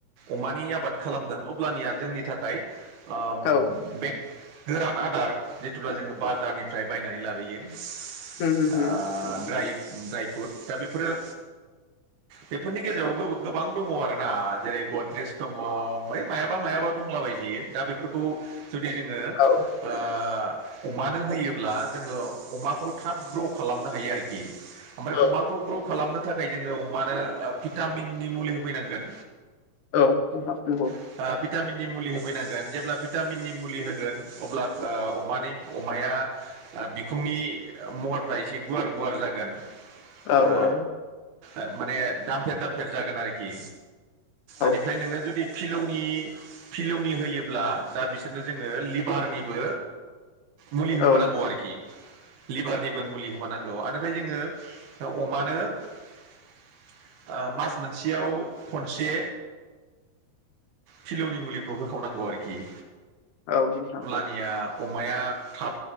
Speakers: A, on the right; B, on the left.
A: अमानि आबाद खालामगोन अब्लानिया जोंनि थाखाय ओम
B: औ
A: बेग गोरान आदार जिथुब्ला जोङो बाजारनिफ्राय बायनानै लाबोयो। ओ
B: उम उम उम
A: ड्राय ड्राय फ्रुट दा बेफोरो बेफोरनि गेजेराव गो-गोबां दङ आरोना जेरै गद्रेज दङ होय मायाबा मायाबा दंलाबाय दि दा बेफोरखौ जुदि जोङो
B: औ
A: ओ अमानो होयोब्ला जोङो अमाखौ थाब ग्र' खालामनो हायो आरोखि। ओमफ्राय
B: औ
A: अमाखौ ग्र' खालामनो थाखाय जोङो अमानो ओ भिटामिननि मुलि होफैनांगोन।
B: औ नोंथां नंगौ।
A: ओ भिटामिननि मुलि फैनांगोन जेब्ला भिटामिननि मुलि होगोन अब्ला ओ अमानि अमाया आ बिखुंनि महरफ्रा एसे गुवार गुवार जागोन।
B: औ नोंथां औ
A: आ
B: औ नोंथां
A: ओ माने दामफेर दामफेर जागोन आरोखि। ओनिफ्राय
B: औ
A: नोङो जुदि फिलौनि <unintelligible> होयोब्ला दा बिसोरनो जोङो लिभारनिबो मुलि
B: औ
A: होफानांगौ आरो कि लिभारनिबो मुलि होबानांगौ आनिफाय जोङो ओ अमानो ओ मास मोनसेयाव खनसे फिलौनि मुलिखौ होखावनांगौ आरोखि।
B: औ नोंथां।
A: निया अमाया थाब